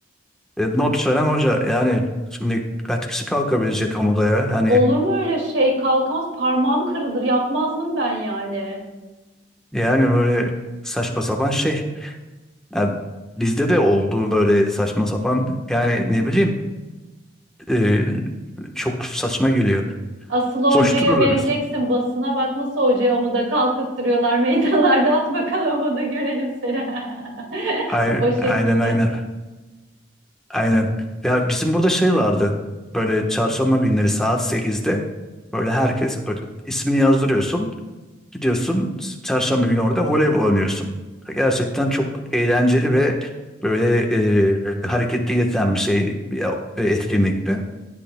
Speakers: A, in the centre; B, on the right (about 85°).
A: e, not veren hoca yani şimdi kaç kişi kalkabilecek hamuda ya? Yani
B: olur mu öyle şey? Kalkamaz parmağım kırılır. Yapmazdım ben yani.
A: yani böyle saçma sapan şey. Yani bizde de oldu böyle saçma sapan. Yani ne bileyim e, çok saçma geliyor.
B: Asıl hocayı
A: Koştururdu
B: vereceksin
A: biz.
B: basına bak nasıl hocayı amuda kalkıttırıyorlar <laughs> meydanlarda at bakalım amuda görelim seni. <laughs>
A: Ay-
B: O şekilde.
A: Aynen aynen. Aynen. Ya bizim burada şey vardı. Böyle çarşamba günleri saat sekizde böyle herkes böyle ismini yazdırıyorsun. Gidiyorsun çarşamba günü orada voleybol oynuyorsun. Gerçekten çok eğlenceli ve böyle e, hareketli geçen bir şey ya, etkinlikti.